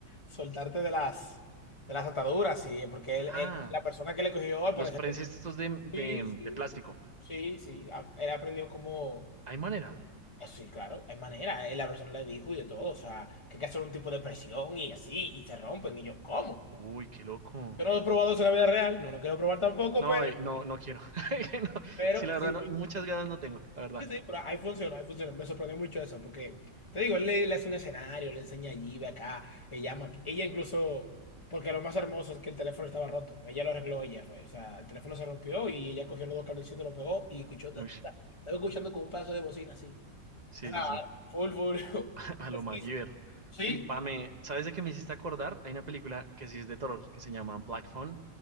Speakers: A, on the left; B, on the right.
A: soltarte de las, de las ataduras, sí, porque él,
B: Ah,
A: él- la persona que le cogió al
B: los
A: parecer
B: prenses
A: tenía-
B: estos de, de,
A: Sí, sí,
B: de plástico.
A: sí, sí, a- él aprendió cómo,
B: ¿Hay manera?
A: ah, sí, claro, hay manera, eh, la persona le dijo y de todo, o sea, que hay que hacer un tipo de presión y así, y se rompen, y yo, ¿cómo?
B: Uy, qué loco.
A: Yo no lo he probado eso en la vida real, no lo quiero probar tampoco,
B: No,
A: pero,
B: eh, no, no quiero. <laughs> No,
A: pero
B: sí, la verdad,
A: sí,
B: no,
A: sí,
B: muchas ganas no tengo, la verdad.
A: Sí, sí, pero ahí funciona, ahí funciona. Me sorprendió mucho eso, porque te digo, él le, le hace un escenario, le enseña allí, ve acá, ella llama. Ella incluso, porque lo más hermoso es que el teléfono estaba roto. Ella lo arregló, ella fue. O sea, el teléfono se rompió y ella cogió los dos cablecitos, lo pegó y escuchó.
B: Uy,
A: ta, ta, ta. Estaba escuchando con un pedazo de bocina así.
B: sí,
A: O sea,
B: sí, sí.
A: full, full. <laughs>
B: A
A: Pesquisa.
B: lo MacGyver.
A: Sí,
B: Uy, Pame,
A: tal-
B: ¿sabes de qué me hiciste acordar? Hay una película que sí es de terror, que se llama Black Phone,